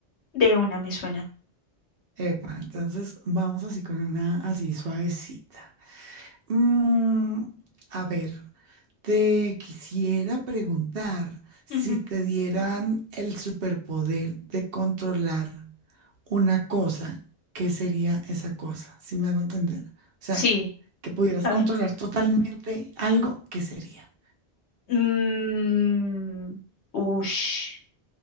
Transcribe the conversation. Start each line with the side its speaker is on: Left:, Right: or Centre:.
Left: De una me suena.
Right: Epa, entonces vamos así con una así suavecita. Mm, a ver, te quisiera preguntar si
Left: Ujú,
Right: te dieran el superpoder de controlar una cosa, ¿qué sería esa cosa? Si me hago entender. O sea,
Left: Sí,
Right: que pudieras
Left: a
Right: controlar
Left: ver.
Right: totalmente algo, ¿qué sería?
Left: Mm, ush.